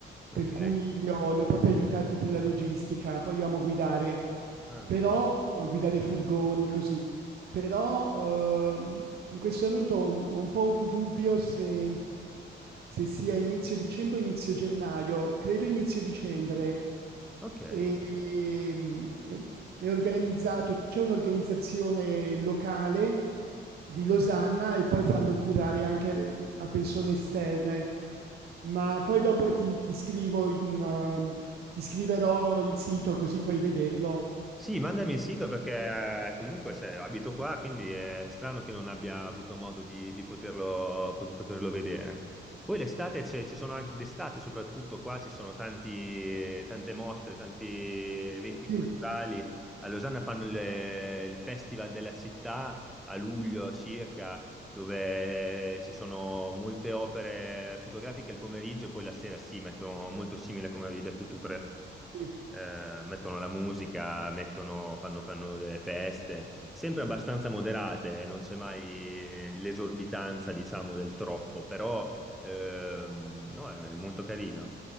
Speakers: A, on the right (about 55°); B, in the centre.
A: per
B: Ok,
A: cui li ho, li ho proprio aiutati per la logistica, poi io amo guidare,
B: Ah,
A: però guidare furgoni così però eh, in questo momento ho un, ho un po' un dubbio se, se sia inizio dicembre o inizio gennaio. Credo inizio dicembre.
B: ok.
A: E, mm, è è organizzato, c'è un'organizzazione locale di Losanna e poi fanno curare anche a persone esterne. Ma poi dopo ti, ti scrivo in, eh, ti scriverò il sito così puoi vederlo.
B: Sì, mandami il sito perché eh, comunque cioè, abito qua, quindi è strano che non abbia avuto modo di, di poterlo, di poterlo vedere. Poi l'estate, c'è- ci sono anche d'estate, soprattutto qua ci sono tanti, tante mostre, tanti eventi
A: Sì,
B: culturali. A Losanna fanno il, il Festival della città a luglio circa, dove ci sono molte opere fotografiche il pomeriggio e poi la sera, sì, mettono molto simile come avevi detto tu
A: sì.
B: eh, mettono la musica, mettono- fanno, fanno delle feste, sempre abbastanza moderate, eh, non c'è mai l'esorbitanza, diciamo, del troppo, però ehm, no, è, è molto carino.